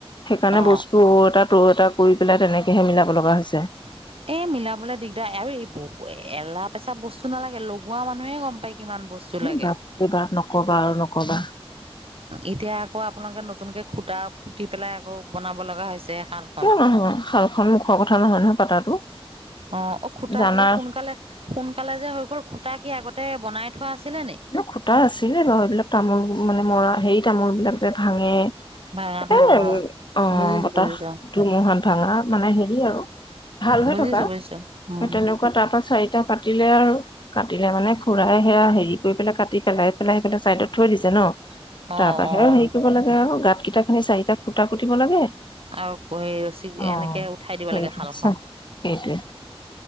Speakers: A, on the left; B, on the right.
A: সেইকাৰণে
B: অ
A: বস্তু তাত ত এটা কৰি পেলাই তেনেকেহে মিলাব লগা হৈছে
B: <unintelligible> এ মিলাবলৈ দিগদাৰ আৰু এই বহু এলাহ পেচা বস্তু নালাগে লগোৱা মানুহে গম পায় কিমান বস্তু লাগে
A: উম ভাত কৰিবিবা নকবা আৰু নকবা
B: এতিয়া আকৌ আপোনালোকে নতুনকৈ খুটা পুতি পেলাই আকৌ বনাব লগা হৈছে শালখন
A: কিয় নহয় শালখন মুখৰ কথা নহয় নহয় পাতাটো
B: অ অ খুটা
A: জানা
B: চাগে সোনকালে সোনকালে যে হৈ গ'ল খুটা কি আগতে বনাই থোৱা আছিলে নি
A: খুটা আছিলে ৰ সেইবিলাক তামোল মানে মৰা হেৰি তামোল বিলাক যে ভাঙে
B: ভাঙা তামোল
A: এ অ
B: বুজিছো
A: বতাহ
B: বুজিছো
A: ধুমুহাত ভাঙা মানে হেৰি আৰু ভাল হৈ
B: বুজিছো
A: থকা
B: বুজিছো উম।
A: তেনেকুৱা তাৰ পৰা চাৰিটা কাটিলে আৰু কাটিলে মানে খুৰাই সেয়া হেৰি কৰি পেলাই কাটি পেলাই স পেলাই সিফাই চাইডত থৈ দিছে ন
B: অ',
A: তাৰপােও
B: অ'।
A: হেৰি কৰিব লাগে আৰু গাত কেইটা খি চাৰিটাুটা কুটিব লাগে
B: আৰু হেৰি ৰছী
A: অ
B: এনেকে উঠাই দিব
A: সেইেই
B: লাগে শালখন
A: সেইটোৱেই